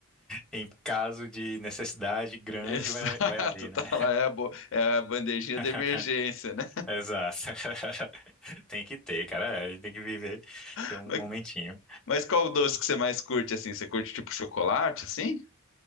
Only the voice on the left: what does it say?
<laughs>
Exato,
tá
lá, é a, bo- é a bandejinha
de emergência, né?
<laughs>
Mas,
mas qual o doce que você mais curte, assim? Você curte tipo chocolate, assim?